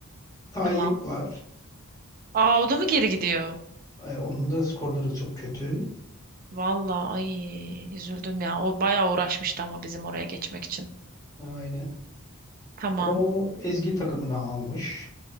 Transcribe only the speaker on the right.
<laughs>
Tamam.
Aa o da mı geri gidiyor?
Vallahi ay üzüldüm ya. O bayağı uğraşmıştı ama bizim oraya geçmek için.
Tamam.